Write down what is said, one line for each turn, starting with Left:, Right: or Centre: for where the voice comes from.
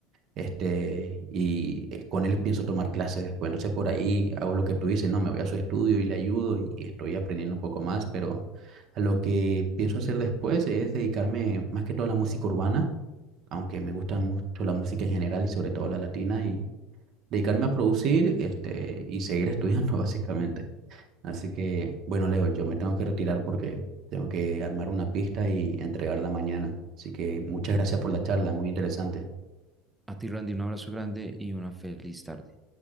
Right: este, y eh, con él pienso tomar clases después. Entonces por ahí hago lo que tú dices, no, me voy a su estudio y le ayudo y, y estoy aprendiendo un poco más, pero a lo que pienso hacer después es dedicarme más que todo a la música urbana, aunque me gusta mucho la música en general y sobre todo la latina, y dedicarme a producir, este, y seguir estudiando <laughs> básicamente. Así que, bueno, Leo, yo me tengo que retirar porque tengo que armar una pista y entregarla mañana. Así que muchas gracias por la charla, muy interesante.
Centre: A ti, Randy, un abrazo grande y una feliz tarde.